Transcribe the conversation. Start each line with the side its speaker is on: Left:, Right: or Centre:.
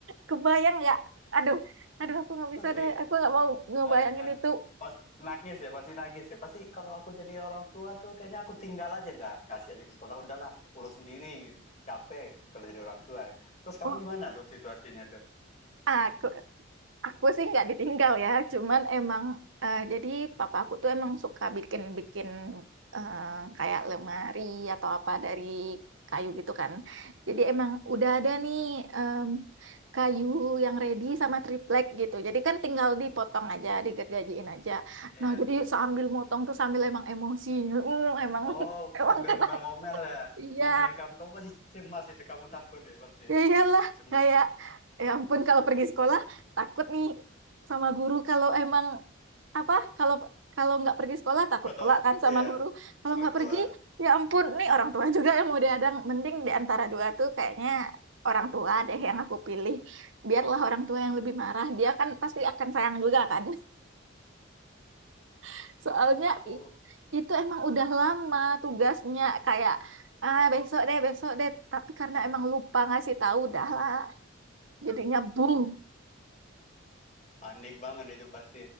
Right: Kebayang nggak? Aduh, aduh aku
Left: <laughs>
Right: nggak bisa
Left: i-
Right: deh, aku nggak mau ngebayangin
Left: ada kan
Right: itu.
Left: pas nangis ya pasti nangis ya pasti kalau aku jadi orang tua tuh kayaknya aku tinggal aja dah kasih aja ke sekolah udahlah urus sendiri gitu. capek kalau jadi orang tua terus kamu
Right: Oh,
Left: gimana tuh situasinya tuh
Right: aku Aku sih nggak ditinggal ya, cuman emang eh, jadi papa aku tuh emang suka bikin-bikin eh, kayak lemari atau apa dari kayu gitu kan. Jadi emang udah ada nih em, kayu yang ready sama triplek gitu. Jadi kan tinggal dipotong aja, digergajiin aja.
Left: Iya.
Right: Nah, jadi sambil motong tuh sambil emang emosi, Mm, emang
Left: oh
Right: <laughs> emang
Left: sambil
Right: kena.
Left: ngomel-ngomel ya
Right: Iya,
Left: ngomelin kamu kamu pasti cemas itu kamu takut ya pasti
Right: ya iyalah
Left: cemas
Right: kayak ya ampun kalau pergi sekolah takut nih sama guru kalau emang apa kalau kalau nggak pergi sekolah takut
Left: kalau
Right: pula kan sama
Left: iya
Right: guru kalau
Left: orang
Right: nggak
Left: tua
Right: pergi ya ampun nih orang tua juga yang mau diadang mending di antara dua tuh kayaknya orang tua deh yang aku pilih biarlah orang tua yang lebih marah dia kan pasti akan sayang juga kan <laughs> soalnya
Left: aku
Right: i- itu emang udah lama tugasnya kayak ah besok deh besok deh tapi karena emang lupa ngasih tahu dah lah jadinya bung
Left: panik banget itu pasti